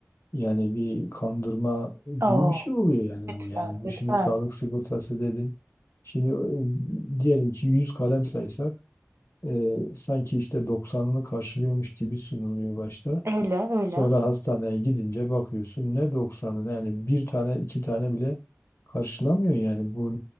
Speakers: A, on the left (about 65°); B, on the right (about 70°).
A: yani bir kandırma
B: Oo,
A: gibi bir şey oluyor yani
B: lütfen,
A: bu yani bu
B: lütfen.
A: şimdi sağlık sigortası dedin şimdi e, diyelim ki 100 kalem saysak e, sanki işte 90'ını karşılıyormuş gibi sunuluyor başta
B: Öyle, öyle.
A: Sonra hastaneye gidince bakıyorsun ne doksanı, yani bir tane iki tane bile karşılamıyor yani bu